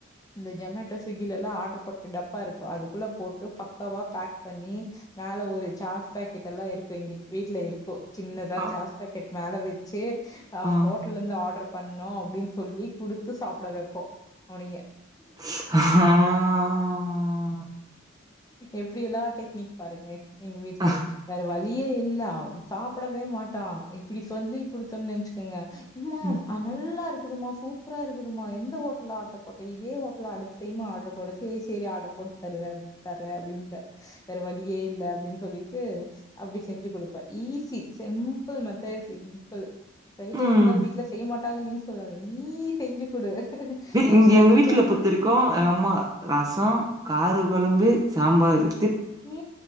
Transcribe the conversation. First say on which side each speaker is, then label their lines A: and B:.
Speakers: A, on the left (about 15°); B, on the right (about 20°).
A: இந்த ஜொமேட்டோ ஸ்விக்கி எல்லாம் ஆர்டர் போட்ட டப்பா இருக்கும் அதுக்குள்ள போட்டு பக்காவா பேக் பண்ணி மேலே ஒரு சாஸ் பேக்கெட் எல்லா இருக்கும் எங்க வீட்ல இருக்கும் சின்னதா
B: அ,
A: சாஸ் பேக்கெட் மேல வச். ச்சு. ஆஹ
B: ஆ,
A: ஹோட்டல இருந்து ஆர்டர். பண்ணோ அப்படின்னு சொல்லி குடுத்து சாப்புட வைப்போ உனிய.
B: ஆஹா.
A: எப்படியெல்லா டெக்னிக் பாருங்க. எங்க வீட்டுல
B: ஆ,
A: வேற வழி. வழியே இல்ல சாப்புடவே மாட்டா இப்படி சொல்லி. குடுத்தம்னு வச்சுக்கங்க. ம்மான்
B: ம்.
A: நல்லா இருக். இருக்குதுமா சூப்பரா இருக்குதுமா எந்த ஹோட்டல்ல ஆர்டர் போட்ட இதே ஹோட்டல்ல அடுத்த டைம் ஆர்டர் போடு சேரி சேரி ஆர்டர் போட்டு தருவ தர அப்படின்ப. வேற வழியே இல்ல அப்படின்னு சொல்லி. ட்டு அப்படி செஞ்சு குடுப்ப ஈசி. சி சிம்பல் மத்த எது செய்விங். ப்பிள். பிரைட் ரைஸ்ல்லா
B: ம்.
A: வீட்டுல செய்ய மாட்ட. டாங்கனு‌ நீ சொல்லாத நீ செஞ்சு குடு. எக்ஸ்ட்ரா
B: இங்க எங்க
A: சிக்கன்
B: வீட்டுல பொருத்தவரிக்கு எங்க அம்மா ரசோ கார குழம்பு. சாம்பாரு.
A: நீ